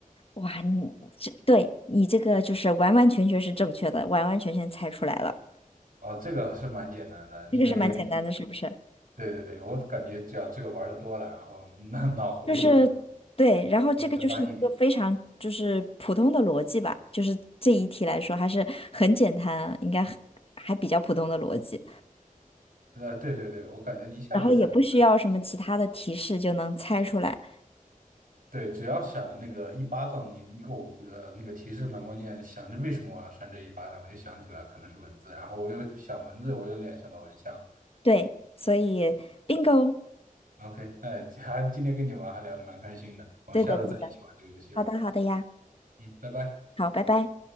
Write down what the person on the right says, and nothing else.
啊，这个是蛮简单的，
因为
对对对，我感觉只要这个玩的多了，然后那脑回路只要
再弯一点，
呃，对对对，我感觉一下就猜出来，
对，只要想着那个一巴掌，你你给我呃那个提示蛮关键，想着为什么我要扇这一巴掌，我就想起来可能是文字，然后我又想文字，我又联想到蚊香。
OK，那 <laughs> 还今天跟你玩还聊得蛮开心的，我们下次再一起玩这个游戏吧。
嗯，拜拜。